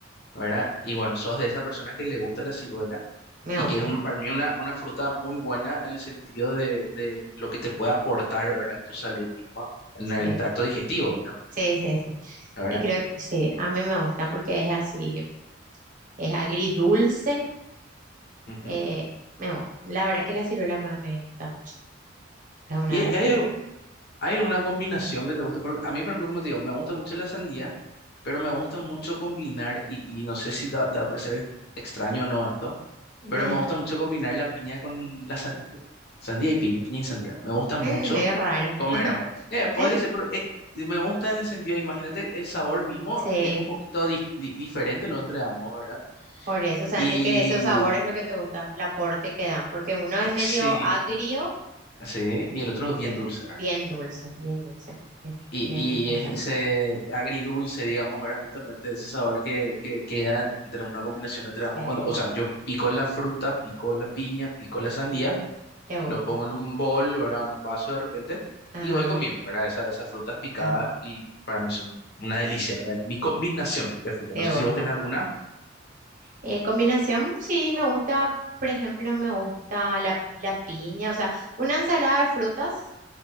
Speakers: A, on the left; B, on the right.
A: ¿verdad? Y bueno, sos de esas personas que le gusta la ciruela
B: me
A: y
B: gusta.
A: que es un- para mí una, una fruta muy buena en el sentido de, de lo que te puede aportar, ¿verdad? En tu salud misma, en
B: Sí,
A: el tracto digestivo, ¿verdad?
B: sí, sí, sí.
A: ¿Verdad?
B: Y creo que sí, a mí me gusta porque es así, es agridulce.
A: Ujú.
B: eh, me gusta. La verdad que la ciruela me, me gusta mucho. Es una
A: Y
B: de
A: hay,
B: las
A: hay
B: frutas que
A: ¿Hay alguna combinación que te guste? Porque a mí, por ejemplo, como te digo, me gusta mucho la sandía, pero me gusta mucho combinar, y, y no sé si te, va te va a parecer ex- extraño o no esto,
B: Eh,
A: pero me gusta mucho combinar la piña con la sandía. Sandía y piña, piña y sandía. Me gusta mucho
B: mm, medio raro.
A: comer
B: <laughs>
A: ambos. Eh, podría
B: Es-
A: ser, pero eh, me gusta en el sentido, imagínate, el, el sabor mismo
B: Sí,
A: es un poquito di- di- diferente lo entre ambos, ¿verdad?
B: por eso. O sea,
A: Y
B: antes que esos sabores es lo que te gusta, el aporte que dan, porque uno es medio
A: sí,
B: agrio,
A: sí, y el otro es bien
B: que-
A: dulce, ¿verdad?
B: bien dulce, bien dulce, bien,
A: Y,
B: bien refrescante.
A: y es ese agridulce, digamos, era justamente ese sabor que, que queda entre una combinación entre
B: Sí,
A: ambos. Cuando, o sea, yo pico la fruta, pico la piña, pico la sandía,
B: sí, ajá. te gusta.
A: lo pongo en un bol, ¿verdad? En un vaso de repente
B: Ah,
A: y voy comiendo, ¿verdad? Esa- esas frutas picadas
B: ah,
A: y para mí son una delicia, ¿verdad? Es mi combinación de frutas.
B: te
A: No sé
B: gusta.
A: si vos tenés alguna.
B: Eh, combinación, sí, me gusta, por ejemplo, me gusta la, la piña, o sea, una ensalada de frutas,